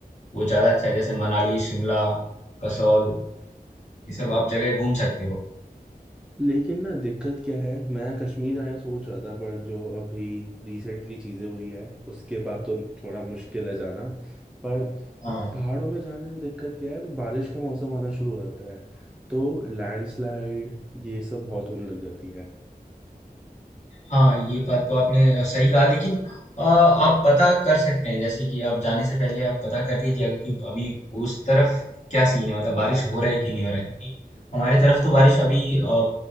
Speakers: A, on the left; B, in the centre.
A: वो ज़्यादा अच्छा है जैसे मनाली शिमला कसौल ये सब
B: हाँ
A: आप जगह घूम सकते हो
B: लेकिन ना दिक्कत क्या है मैं कश्मीर जाना सोच रहा था पर जो अभी रिसेंटली चीज़ें हुई है उसके बाद तो थोड़ा मुश्किल है जाना पर
A: हाँ
B: पहाड़ों में जाने में दिक्कत क्या है अभी बारिश का मौसम आना शुरू हो जाता है तो लैंडस्लाइड ये सब बहुत होने लग जाती है
A: हाँ, ये बात तो आपने अ, सही कहा लेकिन अ, आप पता कर सकते हैं जैसे कि आप जाने से पहले आप पता कर लीजिए कि अभी उस तरफ क्या सीन है मतलब बारिश हो रहा है कि नहीं हो रहा है क्योंकि हमारे तरफ तो बारिश अभी अ,